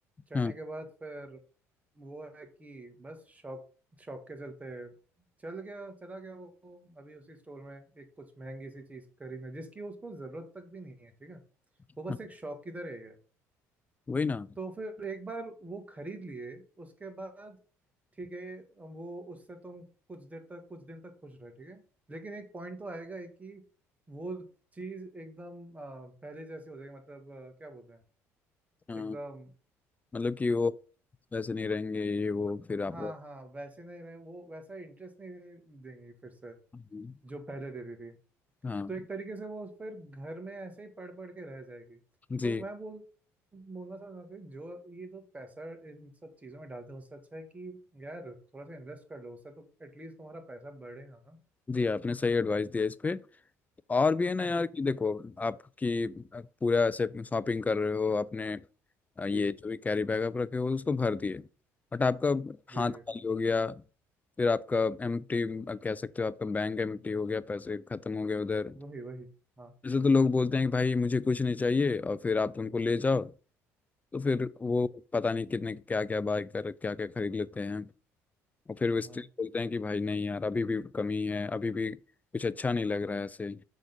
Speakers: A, on the right; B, on the left.
A: चढ़ने
B: हाँ
A: के बाद फिर वो है कि बस शौक शौक के चलते चल गया चला गया वो वो अभी उसी स्टोर में एक कुछ महंगी सी चीज खरीदने जिसकी उसको जरूरत तक भी नहीं है ठीक है
B: हाँ,
A: वो बस एक शौक की तरह ही है
B: वही ना
A: तो फिर एक बार वो खरीद लिए उसके बाद ठीक है वो उससे तुम कुछ देर तक कुछ दिन तक खुश रहे ठीक है लेकिन एक पॉइंट तो आएगा ही कि वो चीज एकदम अ, पहले जैसी हो जाएगी मतलब अ, क्या बोलते हैं
B: हाँ
A: एकदम
B: मतलब कि वो वैसे नहीं रहेंगे ये वो फिर आप
A: हाँ हाँ वैसे नहीं रहे वो वैसा इंटरेस्ट नहीं देंगी फिर से
B: हम्म,
A: जो पहले देती थी
B: हाँ
A: तो एक तरीके से वो फिर घर में ऐसे ही पढ़ पढ़ के रह जाएगी तो
B: जी
A: मैं बोल बोलना चाहता हूँ कि जो ये जो पैसा इन सब चीज़ों में डालते हैं उससे अच्छा है कि यार थोड़ा सा इन्वेस्ट कर लो उससे तो एटलीस्ट तुम्हारा पैसा बढ़ेगा ना
B: जी आपने सही एडवाइस दिया इस पे और भी है ना
A: जी
B: यार कि देखो आपकी पूरा ऐसे शॉपिंग कर रहे हो अपने अ, ये
A: जी
B: जो भी कैरी बैग आप रखे हो उसको भर दिए बट आपका
A: जी
B: हाथ खाली
A: जी
B: हो गया फिर आपका एम्प्टी कह सकते हो आपका बैंक एम्प्टी हो गया पैसे खत्म हो गए उधर
A: वही वही हाँ
B: जैसे तो लोग बोलते हैं कि भाई मुझे कुछ नहीं चाहिए और फिर आप उनको ले जाओ तो फिर वो
A: हम्म
B: पता नहीं कितने क्या क्या बाय कर क्या क्या खरीद लेते हैं और फिर वो स्टिल
A: हम्म
B: बोलते हैं कि भाई नहीं यार अभी भी कमी है अभी भी कुछ अच्छा नहीं लग रहा है ऐसे